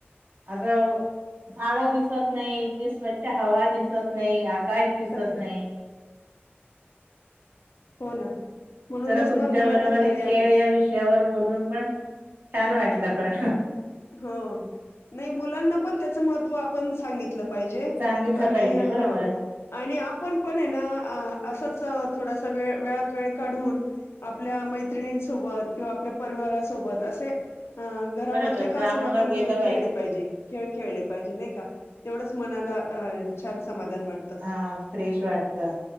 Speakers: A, on the right; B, on the left.
A: अगं, झाड दिसत नाही कि स्वच्छ हवा दिसत नाही, आकाश दिसत
B: खरंय
A: नाही
B: हो ना म्हणूनच
A: जरा तुमच्या
B: ना मुलांना
A: बरोबर
B: खरं
A: खेळ या विषयावर बोलून पण छान वाटलं पण
B: हो, नाही मुलांना पण त्याचं महत्त्व आपण सांगितलं पाहिजे
A: सांगितलं
B: आणि
A: पाहिजे बरोबर
B: हा आणि आपण पण ए ना असंच थोडासा वेळ वेळात वेळ काढून आपल्या मैत्रिणींसोबत किंवा आपल्या परिवारासोबत असे घरामधले
A: बरोबर
B: े
A: ग्राउंड
B: आपण
A: वर गेलं
B: गेम खेळले पाहिजे खेळ खेळले पाहिजे नाही का, तेवढच मनाला छान समाधान वाटत
A: हा फ्रेश वाटतं